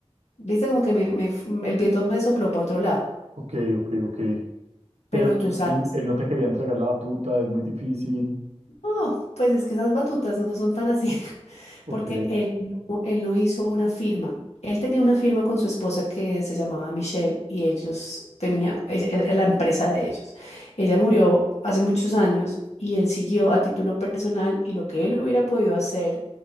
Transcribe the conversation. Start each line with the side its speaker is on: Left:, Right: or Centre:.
Left: viste como que me, me f- el viento me sopló para otro lado,
Right: Ok, ok, ok. Pero
Left: pero tú
Right: él,
Left: sabes.
Right: él- él no te quería entregar la batuta, es muy difícil.
Left: No, pues es que esas batutas no son tan así, <laughs>
Right: Ok,
Left: porque él no, él no hizo una firma. Él tenía una firma con su esposa que se llamaba Michelle y ellos tenía, ella- e-, era la empresa de ellos. Ella murió hace muchos años y él siguió a título personal y lo que él hubiera podido hacer,